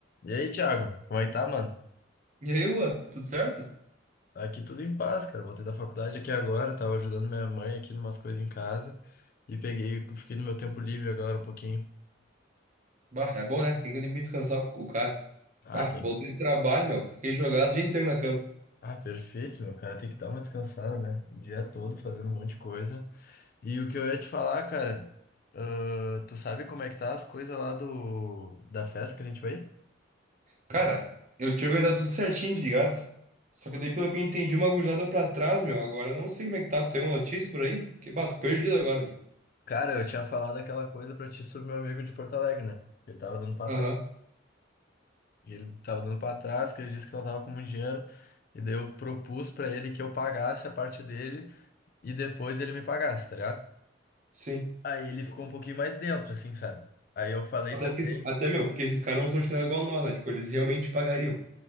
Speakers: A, on the left (about 50°); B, on the right (about 40°).
A: E aí, Thiago, como é que tá, mano?
B: E aí, Luan, tudo certo?
A: Aqui tudo em paz, cara. Voltei da faculdade aqui agora, tava ajudando minha mãe aqui numas coisas em casa e peguei, fiquei no meu tempo livre agora um pouquinho.
B: Bah, é bom, né? Tem que ter tempo de descansar o cara.
A: Ah,
B: Bah,
A: tem-
B: voltei do trabalho, meu. Fiquei jogado o dia inteiro na cama.
A: ah, perfeito, meu cara. Tem que dar uma descansada, né? O dia todo fazendo um monte de coisa. E o que eu ia te falar, cara, ah, tu sabe como é que tá as coisas lá do da festa que a gente foi?
B: Cara, eu tinha organizado tudo certinho, tá ligado? Só que daí, pelo que eu entendi, uma gurizada deu pra trás, meu. Agora eu não sei como é que tá. Tu tem uma notícia por aí? Que, bah, tô perdido agora, meu.
A: Cara, eu tinha falado aquela coisa pra ti sobre meu amigo de Porto Alegre, né? Ele tava dando pra
B: Aham,
A: E ele tava dando pra trás, que ele disse que não tava com muito dinheiro. E daí eu propus pra ele que eu pagasse a parte dele e depois ele me pagasse, tá ligado?
B: sim.
A: Aí ele ficou um pouquinho mais dentro, assim, sabe? Aí eu falei
B: Até
A: também.
B: porque, até, meu, porque esses caras não são chinelo igual nós, né? Tipo, eles realmente pagariam.